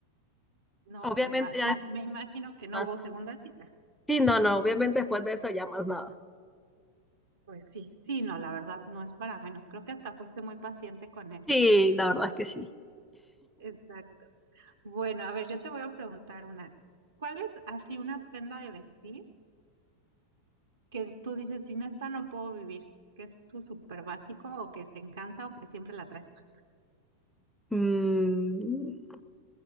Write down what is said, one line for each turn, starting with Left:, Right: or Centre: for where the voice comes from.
Right: No,
Centre: Obviamente
Right: pues mal.
Centre: ya
Right: Y
Centre: después
Right: me
Centre: de
Right: imagino que no
Centre: más
Right: hubo
Centre: nada.
Right: segunda cita.
Centre: Sí, no, no, obviamente después de eso ya más nada.
Right: Pues sí, sí, no, la verdad no es para menos. Creo que hasta fuiste muy paciente con él.
Centre: Sí, la verdad es que sí.
Right: Exacto. Bueno, a ver, yo te voy a preguntar una. ¿Cuál es así una prenda de vestir que tú dices, sin esta no puedo vivir? ¿Que es tu súper básico o que te encanta o que siempre la traes puesta?
Centre: Mm,